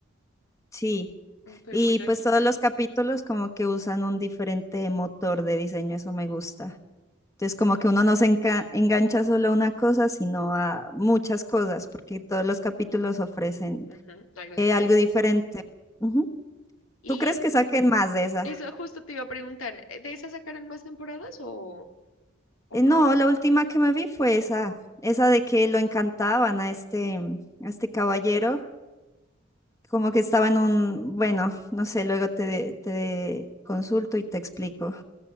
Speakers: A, on the left; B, on the left.
A: Sí.
B: mm, pero
A: Y
B: muy loquita,
A: pues todos los capítulos como que usan un diferente motor de diseño, eso me gusta. Entonces como que uno no se enca- engancha solo a una cosa, sino a muchas cosas, porque todos los capítulos ofrecen
B: Ujú, Algo
A: eh,
B: diferente.
A: algo diferente. Ujú.
B: Y
A: ¿Tú crees que saquen más de esa?
B: eso justo te iba a preguntar, ¿eh, ¿de esas sacaron más temporadas o, o
A: Eh,
B: no?
A: no, la última que me vi fue esa, esa de que lo encantaban a este, mm, a este caballero, como que estaba en un, bueno, no sé, luego te, te consulto y te explico,